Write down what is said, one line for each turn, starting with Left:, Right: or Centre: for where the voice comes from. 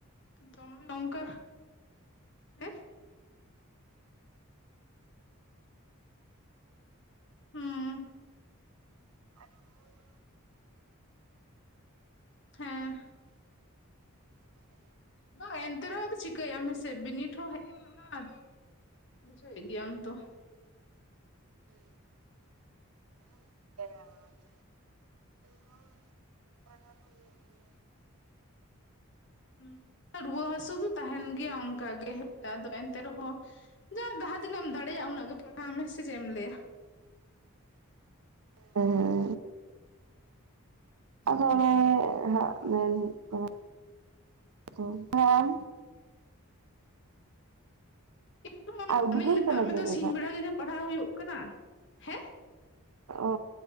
Left: ᱫᱚᱢᱮ ᱚᱝᱠᱟ ᱦᱮᱸ ᱦᱩᱸ,
Right: <inaudible> <inaudible>
Left: ᱦᱮᱸ,
Right: <inaudible> <inaudible>
Left: ᱵᱟᱝ ᱮᱱᱛᱮ ᱨᱮᱦᱚᱸ ᱟᱫᱚ, ᱪᱤᱠᱟᱹᱭᱟᱢ ᱦᱮᱸᱥᱮ, ᱵᱤᱱᱤᱰ ᱦᱚᱸ ᱦᱮᱡ ᱠᱟᱱᱟ ᱟᱫᱚ ᱵᱩᱡᱷᱟᱹᱣ ᱮᱜ ᱜᱮᱭᱟᱢ ᱛᱚ᱾
Right: ᱵᱩᱡᱷᱟᱣ ᱧᱟᱢᱟ ᱫᱟᱹᱧ᱾ ᱟᱨ <unintelligible>
Left: ᱦᱩ, ᱨᱩᱣᱟᱹ ᱦᱟᱹᱥᱩ ᱫᱚ, ᱛᱟᱦᱮᱱ ᱜᱮᱭᱟ, ᱚᱱᱠᱟ ᱜᱮ ᱟᱫᱚ ᱮᱱᱛᱮ ᱨᱮᱦᱚᱸ ᱡᱟᱦᱟᱸ ᱡᱟᱦᱟᱸ ᱛᱤᱱᱟᱹᱜ ᱮᱢ ᱫᱟᱲᱮᱭᱟᱜ-ᱟ, ᱩᱱᱟᱹᱜ ᱜᱮ ᱯᱟᱲᱦᱟᱣ ᱢᱮ ᱥᱮ ᱪᱮᱫ ᱮᱢ ᱞᱟᱹᱭᱟ?
Right: ᱦᱮᱸ, ᱦᱮᱸ᱾ ᱟᱫᱚ ᱚᱱᱮ ᱦᱟᱸᱜ, ᱢᱮᱱ ᱦᱩᱭᱩᱜ ᱠᱟᱱᱟ, ᱦᱮᱸ, ᱦᱮ ᱟᱢ?
Left: ᱤᱧ ᱢᱟ
Right: ᱟᱨ ᱩᱫᱽᱜᱟᱹᱨ
Left: ᱚᱱᱮᱧ ᱢᱮᱛᱟᱜ
Right: ᱠᱟᱱᱟ
Left: ᱢᱮ
Right: ᱪᱮᱫ
Left: ᱫᱚ,
Right: ᱞᱮᱠᱟ
Left: ᱥᱤᱧ ᱵᱮᱲᱟ ᱜᱮ ᱡᱟ ᱯᱟᱲᱦᱟᱣ ᱦᱳᱭᱳᱜ ᱠᱟᱱᱟ᱾ ᱦᱮᱸ?
Right: ᱚ,